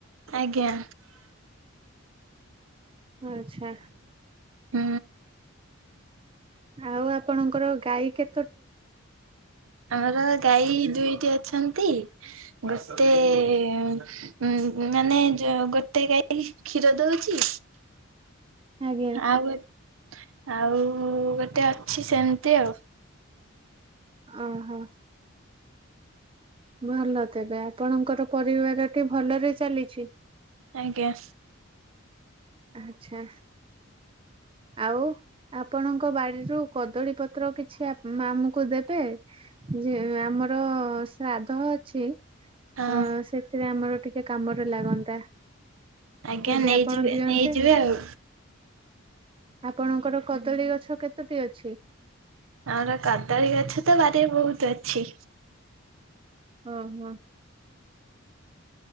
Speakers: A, on the right; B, on the right.
A: ଆଜ୍ଞା।
B: ଆଚ୍ଛା।
A: ହୁଁ।
B: ଆଉ ଆପଣଙ୍କର ଗାଈ କେ
A: ଆମର ଗାଈ ଦୁଇଟି ଅ ଅଛନ୍ତି। ଗୋଟେ ଉ ମାନେ ଜୋଉ ଗୋଟେ ଗାଇ କ୍ଷୀର ଦଉଚି।
B: ଆଜ୍ଞା
A: ଆଉ ଗ ଆଉ ଗୋଟେ ଅଛି ସେମିତି ଆଉ।
B: ଓହୋ ଭଲ ତେବେ ଆପଣଙ୍କର ପରିବାରଟି ଭଲରେ ଚାଲିଛି
A: ଆଜ୍ଞା।
B: ଆଚ୍ଛା। ଆଉ ଆପଣଙ୍କ ବାଡିରୁ କଦଳୀ ପତ୍ର କିଛି ଆମକୁ ଦେବେ ଯେ ଆମର ଶ୍ରାଦ୍ଧ ଅଛି
A: ହଁ
B: ଅଁ ସେଥିରେ ଆମର ଟିକେ କାମରେ ଲାଗନ୍ତା
A: ଆଜ୍ଞା
B: ଯଦି
A: ନେଇଯିବେ
B: ଆପଣ ଦିଅନ୍ତେ।
A: ନେଇଯିବେ ଆଉ
B: ଆପଣଙ୍କର କଦଳୀ ଗଛ କେତୋଟି ଅଛି।
A: ଆମର କାଦଳୀ ଗଛ ତ ବାରି ରେ ବହୁତ ଅଛି।
B: ଓ ହ।